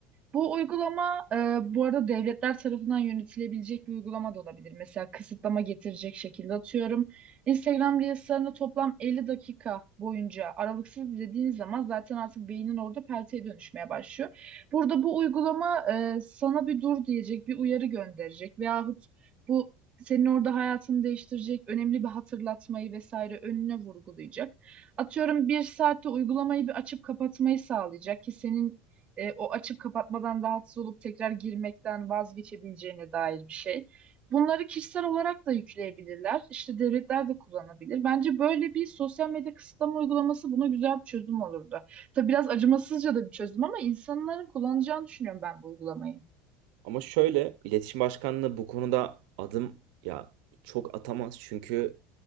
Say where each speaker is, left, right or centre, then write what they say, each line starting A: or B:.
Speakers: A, on the right (about 30°); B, on the right (about 70°).
A: Bu uygulama e, bu arada devletler tarafından yönetilebilecek bir uygulama da olabilir. Mesela kısıtlama getirecek şekilde atıyorum. Instagram Reels'larını toplam 50 dakika boyunca aralıksız izlediğiniz zaman zaten artık beynin orada pelteye dönüşmeye başlıyor. Burada bu uygulama e, sana bir dur diyecek, bir uyarı gönderecek veyahut bu senin orada hayatını değiştirecek önemli bir hatırlatmayı vesaire önüne vurgulayacak. Atıyorum bir saatte uygulamayı bir açıp kapatmayı sağlayacak ki senin e, o açıp kapatmadan rahatsız olup tekrar girmekten vazgeçebileceğine dair bir şey. Bunları kişisel olarak da yükleyebilirler. İşte devletler de kullanabilir. Bence böyle bir sosyal medya kısıtlama uygulaması buna güzel bir çözüm olurdu. Tabii biraz acımasızca da bir çözüm ama insanların kullanacağını düşünüyorum ben bu uygulamayı.
B: Ama şöyle iletişim başkanlığı bu konuda adım ya çok atamaz çünkü